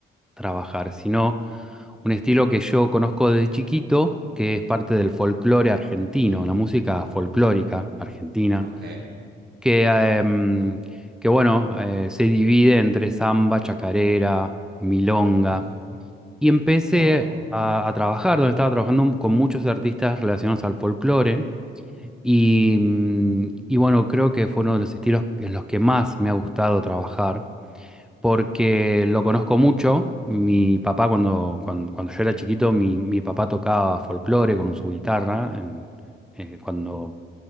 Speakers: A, in the centre; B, on the right (about 55°).
A: trabajar, sino un estilo que yo conozco desde chiquito, que es parte del folclore argentino, la música folclórica argentina,
B: Ok,
A: que, em, que bueno, eh, se divide entre samba, chacarera, milonga.
B: ok.
A: Y empecé
B: Oh,
A: a, a trabajar, donde estaba trabajando con muchos artistas relacionados al folclore. Y, mm, y bueno, creo que fue uno de los estilos en los que más me ha gustado trabajar, porque lo conozco mucho. Mi papá, cuando, cuando, cuando yo era chiquito, mi, mi papá tocaba folclore con su guitarra. en- eh, cuando,